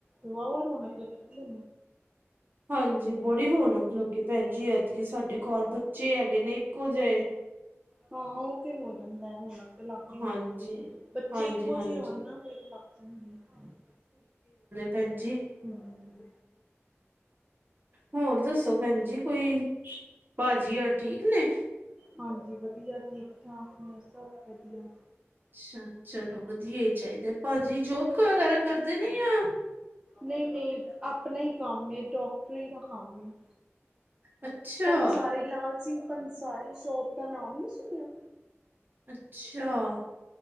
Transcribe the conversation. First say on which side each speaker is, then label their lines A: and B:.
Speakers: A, on the right; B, on the right.
A: ਵਾਹ ਵਾ ਰੋਣਕ ਲੱਗਦੀ।
B: ਹਾਂਜੀ। ਬੜੀ ਰੋਣਕ ਲੱਗੀ ਭੈਣ ਜੀ। ਐਤਕੀਕ ਸਾਡੇ ਘਰ ਬੱਚੇ ਹੈਗੇ ਨੇ ਇੱਕੋ ਜਿਹੇ।
A: ਹਾਂ। ਉਹ ਤੇ ਹੋ ਜਾਂਦਾ ਰੌਣਕ। ਲੱਗ ਹੀ
B: ਹਾਂਜੀ,
A: ਜਾਂਦੀ ਹੈ। ਬੱਚੇ
B: ਹਾਂਜੀ-ਹਾਂਜੀ।
A: ਇੱਕੋ ਜਿਹੇ ਆਉਣ ਨਾ ਫਿਰ ਲੱਗ ਜਾਂਦੇ ਆ।
B: ਭੈਣਜੀ।
A: ਹਮ।
B: ਹੋਰ ਦੱਸੋ ਭੈਣ ਜੀ, ਕੋਈ ਭਾਜੀ ਹੋ ਠੀਕ ਨੇ।
A: ਹਾਂਜੀ। ਵਧੀਆ ਠੀਕ- ਠਾਕ ਨੇ ਸਭ ਵਧੀਆ।
B: ਅੱਛਾ। ਚਲੋ ਵਧੀਆ ਹੀ ਚਾਹੀਦਾ। ਭਾਜੀ ਜੋਬ ਵਗੈਰਾ ਕਰਦੇ ਨੇ ਆ।
A: ਨਹੀਂ -ਨਹੀਂ ਆਪਣਾ ਹੀ ਕੰਮ ਡਾਕਟਰੀ ਦਾ ਕੰਮ।
B: ਅੱਛਾ।
A: ਪੰਸਾਰੀ ਲਾਲ ਸਿੰਘ ਪੰਸਾਰੀ ਸ਼ੋਪ ਦਾ ਨਾਮ ਨੀ ਸੁਣਿਆ।
B: ਅੱਛਾ।